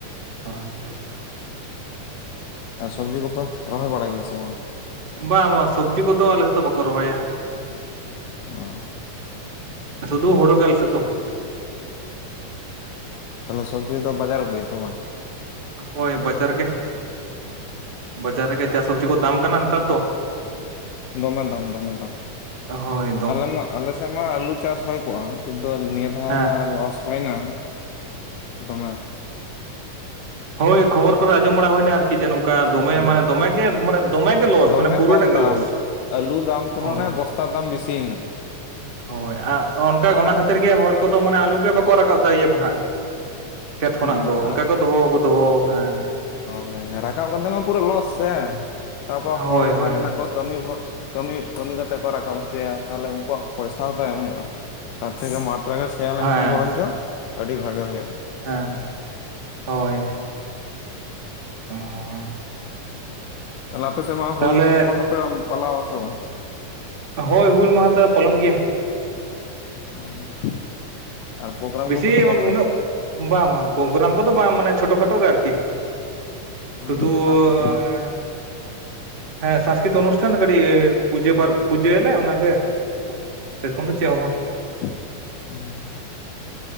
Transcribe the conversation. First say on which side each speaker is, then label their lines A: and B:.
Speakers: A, on the right (about 75°); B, on the left (about 85°).
A: ᱟᱪᱪᱷᱟ ᱪᱷᱟ
B: ᱟᱨ ᱥᱚᱵᱽᱡᱤ ᱠᱚᱯᱮ ᱨᱚᱦᱚᱭ ᱵᱟᱲᱟᱭ ᱜᱮᱭᱟ ᱥᱮ ᱵᱟᱝ?
A: ᱵᱟᱝ ᱵᱟᱝ ᱥᱚᱵᱡᱤ ᱠᱚᱫᱚ ᱟᱞᱮ ᱥᱮᱫ ᱫᱚ ᱵᱟᱠᱚ ᱨᱚᱦᱚᱭᱟ
B: ᱚ
A: ᱥᱩᱫᱩ ᱦᱩᱲᱚ ᱜᱮᱞ ᱥᱮᱫ ᱫᱚ
B: ᱛᱟᱞᱮ ᱥᱚᱵᱽᱡᱤ ᱫᱚ ᱵᱟᱡᱟᱨ ᱟᱹᱜᱩᱭᱟ ᱠᱚ ᱵᱟᱝ
A: ᱦᱚᱭ ᱵᱟᱡᱟᱨ ᱜᱮ ᱵᱟᱡᱟᱨ ᱨᱮᱜᱮ ᱡᱟ ᱥᱚᱵᱽᱡᱤ ᱠᱚ ᱫᱟᱢ ᱠᱟᱱᱟ ᱱᱮᱛᱟᱨ ᱫᱚ
B: ᱫᱚᱢᱮ ᱫᱟᱢ ᱫᱚᱢᱮ ᱫᱟᱢ
A: ᱚ ᱦᱚᱭ
B: ᱟᱞᱮ ᱢᱟ ᱟᱞᱮ ᱥᱮᱫ ᱢᱟ ᱟᱹᱞᱩ ᱪᱟᱥ ᱦᱚᱭ ᱠᱚᱜ-ᱟ ᱠᱤᱱᱛᱩ ᱱᱤᱭᱟᱹ ᱫᱷᱟᱣ
A: ᱦᱮᱸ
B: ᱡᱟ ᱞᱚᱥ ᱦᱚᱭᱱᱟ ᱫᱚᱢᱮ
A: ᱦᱚᱭ ᱠᱷᱚᱵᱚᱨ ᱠᱚᱨᱮ ᱟᱸᱡᱚᱢ ᱵᱟᱲᱟ ᱦᱩᱭᱱᱟ ᱟᱨ ᱠᱤ ᱡᱮ ᱱᱚᱝᱠᱟ ᱫᱚᱢᱮ
B: ᱦᱩᱸ
A: ᱢᱟᱱᱮ ᱫᱚᱢᱮᱜᱮ ᱢᱟᱱᱮ ᱫᱚᱢᱮᱜᱮ ᱞᱚᱥ
B: ᱫᱚᱢᱮ
A: ᱢᱟᱱᱮ ᱯᱩᱨᱟᱹ
B: ᱠᱚᱢ
A: ᱴᱟᱜ ᱜᱮ
B: ᱫᱟᱢ
A: ᱞᱚᱥ
B: ᱟᱹᱞᱩ ᱫᱟᱢ ᱛᱩᱞᱚᱱᱟ
A: ᱦᱳᱭ
B: ᱵᱚᱥᱛᱟ ᱫᱟᱢ ᱵᱤᱥᱤᱭᱮᱱᱟ
A: ᱦᱚᱭ ᱟᱨ ᱚᱱᱠᱟ ᱚᱱᱟ ᱠᱷᱟᱹᱛᱤᱨ ᱜᱮ ᱦᱚᱲ ᱠᱚᱫᱚ ᱢᱟᱱᱮ ᱟᱹᱞᱩ ᱜᱮ ᱵᱟᱠᱚ ᱨᱟᱠᱟᱵ ᱮᱫᱟ ᱤᱭᱟᱹ ᱠᱷᱚᱱᱟᱜ ᱠᱷᱮᱛ ᱠᱷᱚᱱᱟᱜ
B: ᱦᱩᱸ
A: ᱫᱚ ᱚᱱᱠᱟ ᱠᱚ ᱫᱚᱦᱚ ᱠᱚ ᱫᱚᱦᱚ ᱦᱮᱸ
B: ᱦᱚᱭ ᱨᱟᱠᱟᱵ ᱠᱟᱛᱮ ᱢᱟ ᱯᱩᱨᱟᱹ ᱞᱚᱥ ᱥᱮ ᱛᱟᱯᱚᱨ ᱦᱚᱲ
A: ᱦᱳᱭ
B: ᱡᱟᱦᱟᱸᱭ
A: ᱦᱳᱭ
B: ᱢᱮᱱᱟᱜ
A: ᱦᱳᱭ
B: ᱠᱚ ᱠᱟᱹᱢᱤ ᱵᱷᱚᱨ ᱠᱟᱹᱢᱤ ᱠᱟᱹᱢᱤ ᱠᱟᱛᱮᱜ ᱠᱚ ᱨᱟᱠᱟᱵ ᱦᱚᱪᱚᱭᱟ ᱛᱟᱦᱞᱮ ᱩᱱᱠᱩᱣᱟᱜ ᱯᱚᱭᱥᱟ ᱦᱚᱸ ᱛᱚ ᱮᱢ ᱦᱩᱭᱩᱜᱼᱟ ᱛᱟᱨ ᱛᱷᱮᱠᱮ ᱢᱟᱴᱷ ᱨᱮᱜᱮ ᱥᱮᱭᱟ ᱞᱮᱱᱠᱷᱟᱱ
A: ᱦᱮᱸ
B: ᱵᱚᱨᱚᱱᱡᱚᱜ ᱟᱹᱰᱤ ᱵᱷᱟᱜᱮ ᱦᱩᱭᱩᱜᱼᱟ
A: ᱦᱮᱸ ᱦᱚᱭ <unintelligible>
B: ᱛᱟᱦᱞᱮ ᱟᱯᱮ ᱥᱮᱫ ᱢᱟ ᱦᱩᱞ
A: ᱛᱟᱦᱚᱞᱮ
B: ᱢᱟᱦᱟ ᱯᱮ ᱯᱟᱞᱟᱣᱟ ᱥᱮ ᱵᱟᱝ?
A: ᱦᱳᱭ ᱦᱩᱞ ᱢᱟᱦᱟ ᱫᱚᱞᱮ ᱯᱟᱞᱚᱱ ᱜᱮᱭᱟ ᱾
B: <unintelligible> ᱟᱨ ᱯᱨᱳᱜᱨᱟᱢ
A: ᱵᱮᱥᱤ
B: ᱠᱚᱯᱮ ᱫᱚᱦᱚ
A: ᱩᱱᱟᱹᱜ
B: ᱠᱟᱜᱼᱟ ᱪᱮᱫ
A: ᱵᱟᱝ ᱵᱟᱝ ᱯᱨᱳᱜᱨᱟᱢ ᱠᱚᱫᱚ ᱵᱟᱝ ᱢᱟᱱᱮ ᱪᱷᱳᱴᱳ ᱠᱷᱟᱴᱚ ᱜᱮ ᱟᱨ ᱠᱤ ᱾
B: ᱚ
A: <unintelligible>
B: ᱥᱟᱝᱥᱠᱨᱤᱛᱤᱠ ᱚᱱᱩᱥᱴᱷᱟᱱ
A: ᱦᱮᱸ ᱥᱟᱥᱠᱨᱤᱛ ᱚᱱᱩᱥᱴᱷᱟᱱ ᱠᱟᱹᱴᱤᱡ ᱯᱩᱡᱟᱹ ᱯᱩᱡᱟᱹᱭᱟᱞᱮ ᱚᱱᱟᱜᱮ ᱥᱮᱭᱨᱚᱠᱚᱢ ᱫᱚ ᱪᱮᱫ ᱦᱚᱸ ᱵᱟᱝ ᱾
B: <unintelligible>